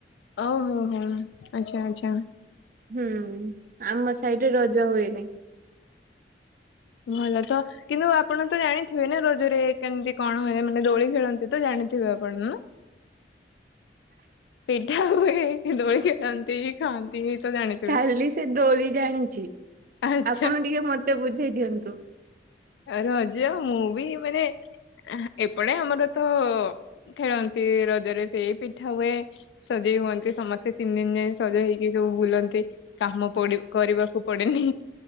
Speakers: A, on the left; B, on the right.
A: ଓହୋ ହୋ ଆଚ୍ଛା ଆଚ୍ଛା।
B: ହୁଁ ଆମ ସାଇଡରେ ରଜ ହୁଏନି।
A: ଭଲ ତ କିନ୍ତୁ ଆପଣ ତ ଜାଣିଥିବେ ନା ରଜରେ କେମତି କଣ ହୁଏ ମାନେ ଦୋଳି ଖେଳନ୍ତି ତ ଜାଣିଥିବେ ଆପଣ ନା। ପିଠା ହୁଏ ଦୋଳି ଖେଳନ୍ତି ଖାଆନ୍ତି ତ ଜାଣିଥିବେ
B: ଖାଲି ସେ ଦୋଳି ଜାଣିଛି
A: ଆଛା।
B: ଆପଣ ଟିକେ ମତେ ବୁଝେଇ ଦିଅନ୍ତୁ।
A: ରଜ ମୁଁ ବି ମାନେ ଏପଟେ ଆମର ତ ଖେଳନ୍ତି ରଜରେ ସେଇ ପିଠା ହୁଏ ସଜେଇ ହୁଅନ୍ତି ସମସ୍ତେ ତିନି ଦିନ ଯାକ ସଜେଇ ହେଇକି ସବୁ ବୁଲନ୍ତି କାମ ପଡି କରିବାକୁ ପଡେନି